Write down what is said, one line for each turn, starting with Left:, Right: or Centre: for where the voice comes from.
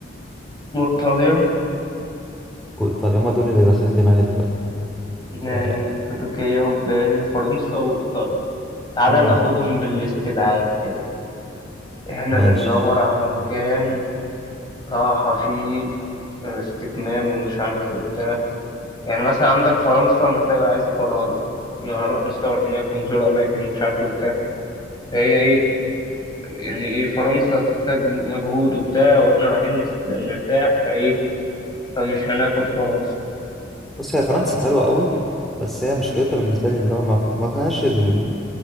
Left: وايطاليا
Centre: وإيطاليا هما دول اللي داخلين دماغي دلوقتي
Left: يعني
Centre: آه،
Left: تركيا وبالي وفرنسا وايطاليا تعالى
Centre: امم
Left: ناخدهم بالاستبعاد كده احنا
Centre: ماشي
Left: بندور على مكان راحة فيه آه، استجمام ومش عارف ايه وبتاع يعني مثلا عندك فرنسا محتاجة عايزة فرهضة إن هنروح نصور هناك ونزور أماكن ومش عارف ايه وبتاع فهي ايه يعني ايه فرنسا تحتاج مجهود وبتاع واحنا رايحين نس- نرتاح فايه فمش هناخد فرنسا
Centre: بص هي فرنسا حلوة قوي بس هي مشكلتها بالنسبة لي اللي هو ما ما فيهاش ال-